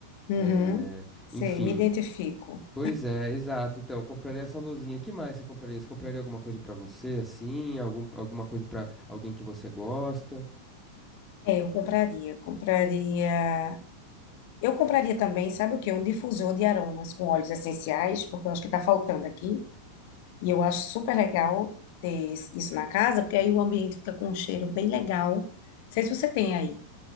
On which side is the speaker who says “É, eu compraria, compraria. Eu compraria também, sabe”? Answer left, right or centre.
Left